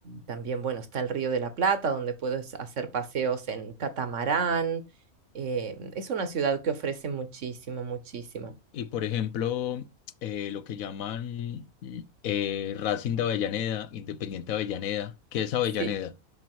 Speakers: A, on the right (about 65°); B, on the left (about 80°).
A: también, bueno, está el Río de la Plata, donde puedes hacer paseos en catamarán. Eh, es una ciudad que ofrece muchísimo, muchísimo.
B: Y por ejemplo, eh, lo que llaman mm, eh, Racing de Avellaneda, Independiente de Avellaneda, ¿qué es Avellaneda?
A: Sí,